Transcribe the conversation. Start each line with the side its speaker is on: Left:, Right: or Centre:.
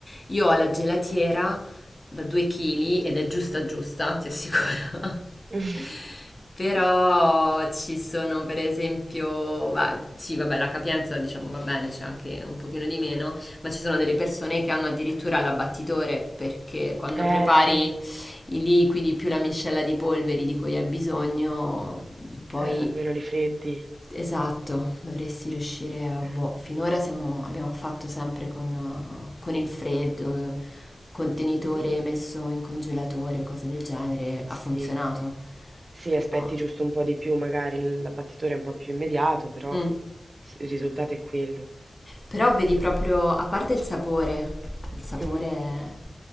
Left: Io ho la gelatiera da 2 kg ed è giusta giusta, ti assicuro.
Right: <laughs>
Left: <laughs> Però ci sono per esempio, va- sì vabbè la capienza diciamo va bene, c'è anche un pochino di meno, ma ci sono delle persone che hanno addirittura l'abbattitore perché quando
Right: Eh
Left: prepari
Right: sì.
Left: i liquidi più la miscela di polveri di cui hai bisogno, poi
Right: Eh, almeno li freddi.
Left: Esatto, dovresti riuscire a... Boh,
Right: Eh.
Left: finora siamo- abbiamo fatto sempre con, eh, con il freddo, eh, contenitore
Right: Mh-mh-mh.
Left: messo in congelatore o cose del genere, ha
Right: Sì.
Left: funzionato,
Right: Sì,
Left: però...
Right: aspetti giusto un po' di più, magari il l'abbattitore è un po' più immediato, però
Left: Mm.
Right: s il risultato è quello.
Left: Però vedi proprio, a parte il sapore, il sapore
Right: Mh.